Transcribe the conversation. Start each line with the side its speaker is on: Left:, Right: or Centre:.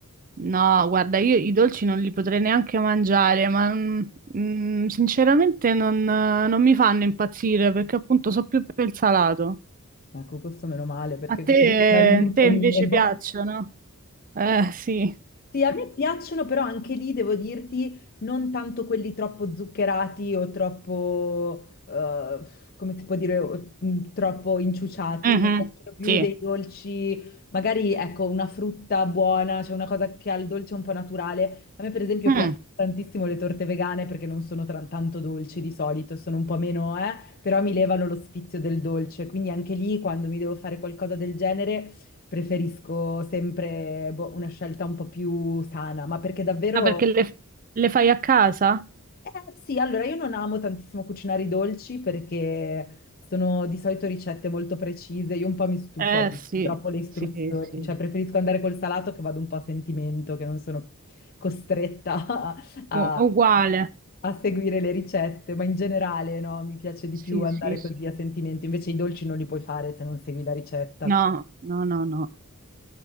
Right: No, guarda, io i dolci non li potrei neanche mangiare, ma mm, mm, sinceramente non, non mi fanno impazzire perché appunto so più per il salato.
Left: Ecco, questo meno male perché
Right: A te,
Left: così è una rinuncia
Right: te invece
Left: in meno.
Right: piacciono? Eh, sì.
Left: Sì, a me piacciono, però anche lì devo dirti, non tanto quelli troppo zuccherati o troppo, eh, come si può dire, o- mh, troppo inciuciati.
Right: Mhm,
Left: Mi piacciono più
Right: sì.
Left: dei dolci, magari ecco, una frutta buona, cioè una cosa che ha il dolce un po' naturale. A me, per esempio,
Right: Mm.
Left: piacciono tantissimo le torte vegane perché non sono tra- tanto dolci di solito, sono un po' meno, eh, però mi levano lo sfizio del dolce. Quindi anche lì, quando mi devo fare qualcosa del genere. Preferisco sempre boh, una scelta un po' più sana, ma perché davvero...
Right: Ah, perché le, le fai a casa?
Left: Eh, sì, allora io non amo tantissimo cucinare i dolci perché sono di solito ricette molto precise, io un po' mi stufo
Right: Eh,
Left: a leggere
Right: sì,
Left: troppo le istruzioni,
Right: sì, sì.
Left: cioè preferisco andare col salato che vado un po' a sentimento, che non sono costretta <laughs> a,
Right: U- uguale.
Left: a seguire le ricette, ma in generale no, mi piace di
Right: Sì,
Left: più andare
Right: sì, sì.
Left: così a sentimento, invece i dolci non li puoi fare se non segui la ricetta.
Right: No, no, no, no.